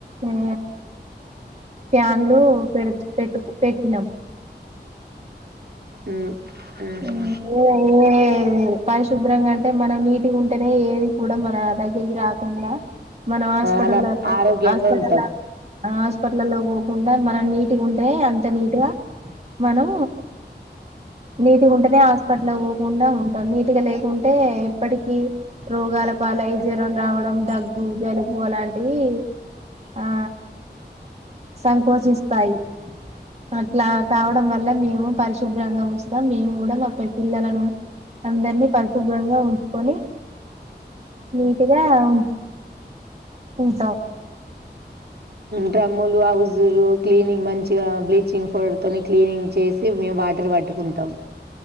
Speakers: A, on the right (about 35°); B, on the right (about 65°).
A: ఆ ప్యాన్లు పెడు పెట్టు పెట్టినం
B: ఉమ్ ఉహు
A: ఉమ్ ఎ ఎ ఎది పరిశుభ్రంగా అంటే మనం నీటుగుంటేనే ఏది కూడా మన దగ్గరికి రాకుండా మనం హాస్పిటలో
B: ఆన
A: ఎల్లల
B: ఆరోగ్యంగా
A: హాస్పిటల్
B: ఉంటాం
A: ల హాస్పిటల్ల్లో పోకుండా మనం నీటుగుంటే అంత నీటుగా మనం నీటుగా ఉంటేనే హాస్పిటల్ పోకుండా ఉంటాం నీటుగా లేకుంటే ఎప్పటికిీ రోగాల పాలై జ్వరం రావడం దగ్గు జలుబు అలాంటివి ఆ సంకోచిస్ స్తాయి అట్ల కావడం వల్ల మేము పరిశుభ్రంగా వు కూడా మా పె-పిల్లలను అందరినీ పరిశుభ్రంగా ఉంచుకొని నీట్గా ఉం ఉంటాం
B: డ్రమ్ములు హౌజులు క్లీనింగ్ మంచిగా బ్లీచింగ్ పౌడర్తో క్లీనింగ్ చేసి మేము వాటర్ పట్టుకుంటాం